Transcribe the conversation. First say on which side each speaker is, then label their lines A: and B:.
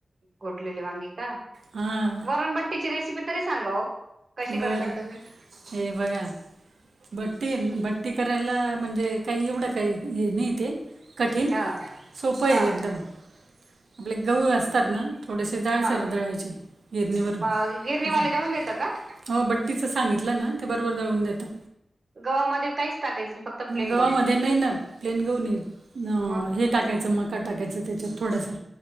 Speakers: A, on the right; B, on the right.
A: गोटलेली वांगी का,
B: हां
A: वरणबट्टीची रेसिपी तरी सांगा ओ. कशी करतात
B: बरं,
A: तुम्ही?
B: हे बघा बट्टी बट्टी करायला म्हणजे काही एवढं काही हे नाहीय ते. कठीण.
A: हा
B: सोपंय
A: हा
B: एकदम. आपले गहू असतात ना. थोडेसे जाडसर
A: हा
B: दळायचे गिरणीवरून
A: अ, गिरणीवाले
B: जा <unintelligible>
A: दळून देता का?
B: हो बट्टीच सांगितलं ना ते बरोबर दळून देतात.
A: गव्हामध्ये काहीच टाकायचं नाही फक्त प्लेन
B: गावामध्ये
A: गहू
B: नाही ना प्लेन गहू नाही.
A: मग
B: हे टाकायचं. मका टाकायचं त्याच्यात थोडासा.